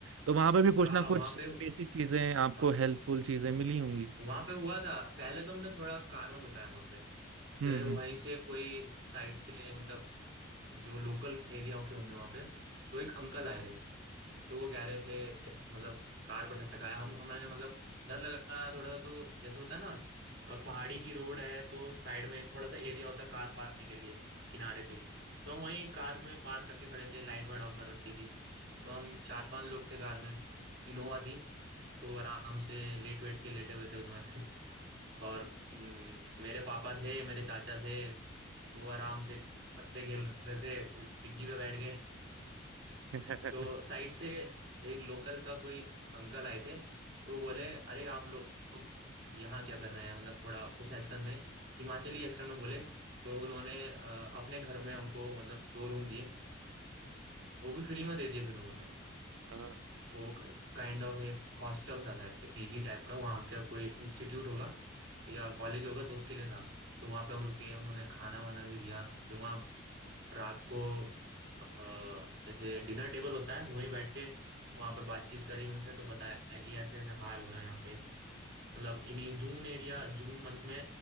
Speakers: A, on the right (about 75°); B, on the right (about 60°).
A: तो वहां पे भी
B: हाँ
A: कुछ ना
B: वहाँ
A: कुछ
B: पे
A: बेसिक चीजें आपको
B: हाँ
A: हेल्पफुल चीजें मिली होंगी
B: वहाँ पे हुआ था पहले तो हमने थोड़ा कार में बताया वहाँ पे
A: हम्म
B: फिर वहीं से कोई साइड से मतलब जो लोकल एरिया के होंगे वहाँ पे तो एक अंकल आए थे तो वो कह रहे थे मतलब कार पर ठटकाया हम हमारे मतलब डर लग रहा था थोड़ा सा तो जैसे होता है ना अ, पहाड़ी की रोड है तो साइड में एक थोड़ा सा एरिया होता है कार पार्क करने के लिए किनारे पे ही तो हम वहीं कार में पार्क करके खड़े थे लाइट वाइट ऑन कर रखी थी तो हम चार पांच लोग थे कार में इनोवा थी तो आराम से लेट वेट के लेटे हुए थे उसमें <laughs> और हम्म, मेरे पापा थे मेरे चाचा थे वो आराम से पत्ते खेल रहे थे डिग्गी पे बैठ गए
A: हम्म
B: <laughs> तो साइड से एक लोकल का कोई अंकल आए थे तो वो बोले अरे आप लोग यहाँ क्या कर रहे हैं मतलब थोड़ा उस एक्शन में हिमाचली एक्शन में बोले तो उन्होंने अ, अपने घर में हमको मतलब दो रूम दिए वो भी फ्री में दे दिए फिर उन्होंने
A: <laughs>
B: वो काइंड ऑफ एक हॉस्टल था शायद से पीजी टाइप का वहाँ का कोई इंस्टीट्यूट होगा या कॉलेज होगा तो उसके लिए था तो वहाँ पे हम रुके उन्होंने खाना वाना भी दिया फिर वहाँ रात को अ, ऐसे डिनर टेबल होता है वहीं बैठ के वहां पे बातचीत करी उनसे तो बताया कि ऐसे ऐसे हाल हो रहा है यहाँ पे मतलब इन्हीं जून एरिया जून मंथ में